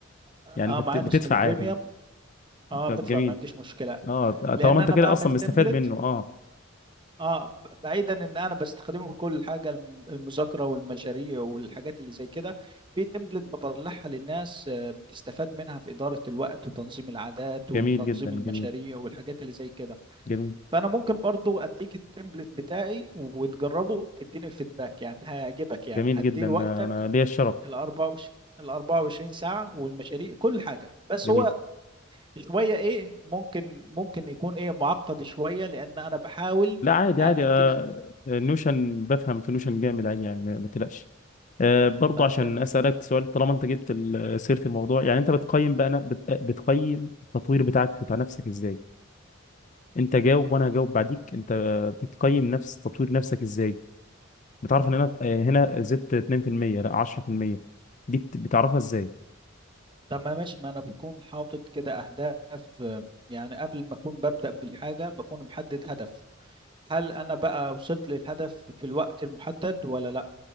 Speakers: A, on the right; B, on the left.
A: اه
B: يعني انت بت-
A: معايا
B: بتدفع
A: نسخة البريميوم
B: عادي ده
A: اه بدفع
B: جميل
A: ما عنديش مشكلة
B: اه
A: لان
B: طالما انت
A: انا
B: كده
A: بعمل
B: اصلا
A: تمبلت
B: مستفاد منه اه
A: اه ب- بعيدا ان انا بستخدمه في كل حاجه الم- المذاكره والمشاريع والحاجات اللي زي كده في تمبلت بطلعها للناس آه، بتستفاد منها في اداره الوقت وتنظيم العادات وتنظيم
B: جميل جدا جميل
A: المشاريع والحاجات اللي زي كده
B: جميل
A: فانا ممكن برضو اديك التمبلت بتاعي وتجربه تديني الفيدباك يعني هيعجبك يعني
B: جميل
A: هتدير
B: جدا انا
A: وقتك
B: ليا الشرف
A: ال 24 ال 24 ساعه والمشاريع كل حاجه بس
B: جميل
A: هو شويه ايه ممكن ممكن يكون ايه معقد شويه لان انا بحاول
B: لا عادي
A: اديك
B: عادي آه، آه، نوشن بفهم في نوشن جامد عادي يعني ما ما تقلقش آه، برضه
A: طيب
B: عشان
A: تمام
B: اسالك سؤال طالما انت جبت ال- سيره الموضوع يعني انت بتقيم بقى أنا بت- بتقيم التطوير بتاعك بتاع نفسك ازاي انت جاوب وانا هجاوب بعديك انت بتقيم نفس تطوير نفسك ازاي بتعرف ان انا آه، هنا زدت 2% لا 10% دي بت- بتعرفها ازاي
A: طب ما ماشي ما انا بكون حاطط كده اهداف آه، يعني قبل ما اكون ببدأ بالحاجة بكون محدد هدف هل انا بقى وصلت للهدف في الوقت المحدد ولا لا